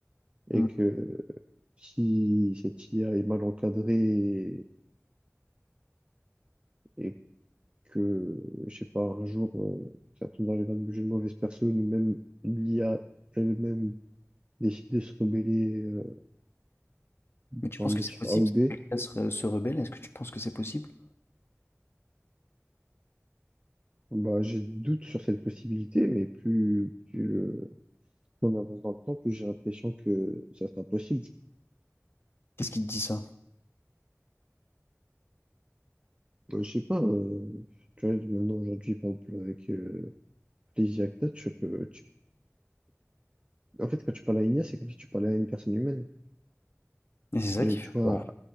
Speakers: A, on the left; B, on the right.
A: Hmm.
B: Et que si cette IA est mal encadrée et, et que, je sais pas, un jour, euh, ça tombe dans les mains d'une mauvaise personne ou même l'IA elle-même décide de se rebeller euh,
A: Mais tu
B: pour
A: penses
B: un motif
A: que c'est possible
B: A ou B,
A: que l'IA se, se rebelle? Est-ce que tu penses que c'est possible?
B: bah, j'ai des doutes sur cette possibilité, mais plus, plus, le- plus on avance dans le temps, plus j'ai l'impression que ça c'est impossible.
A: Qu'est-ce qui te dit ça?
B: Bah, je sais pas, euh, tu vois, maintenant aujourd'hui, par exemple, avec euh, les IA que t'as, tu peux, tu- en fait, quand tu parles à une IA, c'est comme si tu parlais à une personne humaine.
A: Et c'est ça
B: Et
A: qui fait
B: tu vois,
A: peur.